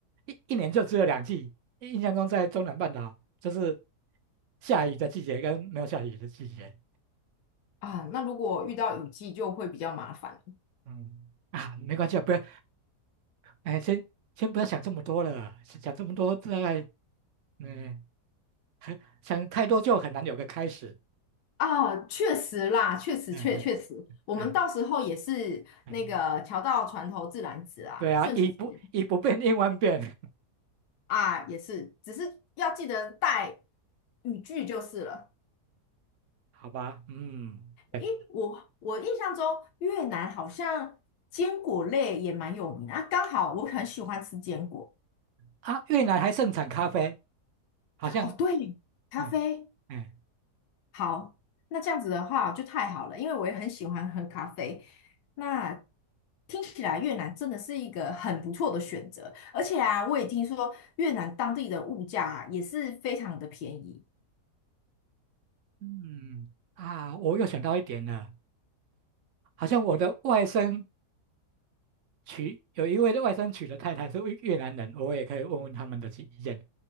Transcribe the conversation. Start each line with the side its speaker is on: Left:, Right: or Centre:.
Right: 一一年就只有两季。印印象中在中南半岛就是下雨的季节跟没有下雨的季节。
Left: 啊？那如果遇到雨季就会比较麻烦。
Right: 嗯啊，没关系啊，不要，哎，先先不要想这么多了，想这么多大概，嗯，很想太多就很难有个开始。
Left: 啊，确实啦，确实确确实，
Right: 嗯嗯。
Left: 我们到时候也是那个桥到船头自然直啊，
Right: 嗯 <laughs> 嗯对啊，
Left: 顺其自然
Right: 以不以不变应万变，
Left: 啊，也是，只是要记得带语句就是了。
Right: <laughs> 好吧？嗯，对
Left: 咦，我我印象中越南好像坚果类也蛮有名的啊，刚好我很喜欢吃坚果。
Right: 啊，越南还盛产咖啡，好像，
Left: 哦，对，咖啡。
Right: 嗯嗯
Left: 好，那这样子的话就太好了，因为我也很喜欢喝咖啡。那听起来越南真的是一个很不错的选择，而且啊，我也听说越南当地的物价啊也是非常的便宜。
Right: 嗯啊，我又想到一点了，好像我的外甥娶有一位的外甥娶的太太是越越南人，我也可以问问他们的意见。